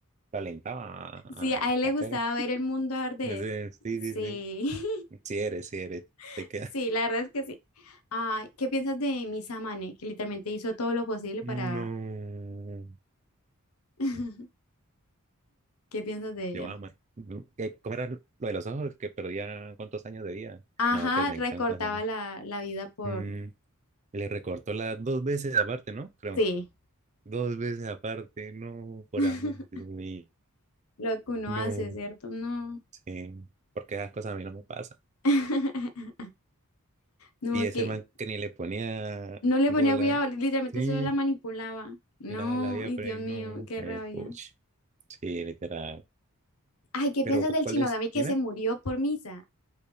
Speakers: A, on the right (about 30°); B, on the left (about 75°).
A: talentaba a,
B: Sí, a
A: a
B: él le
A: hacerlo.
B: gustaba ver el mundo arder.
A: Ese, sí,
B: Sí,
A: sí, sí. Sí eres, sí eres.
B: <laughs>
A: Te queda.
B: sí, la verdad es que sí. Ah, ¿qué piensas de Samane, que literalmente hizo todo lo posible
A: No.
B: para... <laughs> ¿Qué piensas de ella?
A: Yo ama. ¿Qué- ¿Cómo era lo de los ojos? Que perdía cuántos años de vida.
B: Ajá,
A: No, pues me
B: recortaba
A: encanta esa mu-
B: la, la vida por...
A: Mm, le recortó las dos veces aparte, ¿no? Creo.
B: Sí,
A: Dos veces aparte, no, por
B: <laughs>
A: amor de Dios mío.
B: lo que uno
A: No,
B: hace, ¿cierto? No.
A: sí, porque esas cosas a mí no me pasan.
B: <laughs> No,
A: Y ese
B: que
A: man que ni le ponía
B: no le
A: bola,
B: ponía cuidado, literalmente
A: Sí.
B: solo la manipulaba. No,
A: daba la vida
B: ay,
A: por
B: Dios
A: ahí,
B: mío,
A: no,
B: qué
A: eh,
B: rabia.
A: puch. Sí, literal.
B: Ay, ¿qué
A: Pero,
B: piensas
A: ¿cu-
B: del
A: ¿cuál
B: Shinogami
A: es?
B: que
A: Dime.
B: se murió por Misa?